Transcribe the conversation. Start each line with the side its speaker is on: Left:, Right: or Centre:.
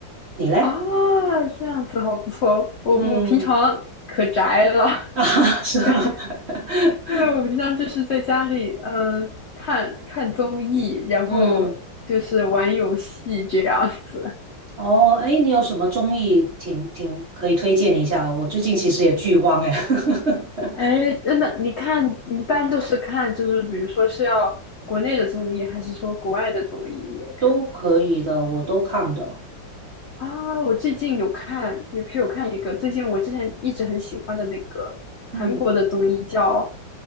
Right: 你嘞？
Left: 啊，这样子好不错。我我平常可宅了，
Right: 嗯
Left: <laughs>
Right: <laughs> 啊，是吗？
Left: 我感觉
Right: <laughs>
Left: <laughs>，对，我平常就是在家里，嗯，看看综艺，然后就是玩游戏这样子。
Right: 嗯，哦，哎，你有什么综艺挺挺可以推荐一下？我最近其实也剧荒哎。<laughs>
Left: 哎，真的，你看，你一般就是看，就是比如说是要国内的综艺，还是说国外的综艺也看？
Right: 都可以的，我都看的。
Left: 啊，我最近有看，也不是有看一个，最近我之前一直很喜欢的那个韩国的综艺叫
Right: 嗯，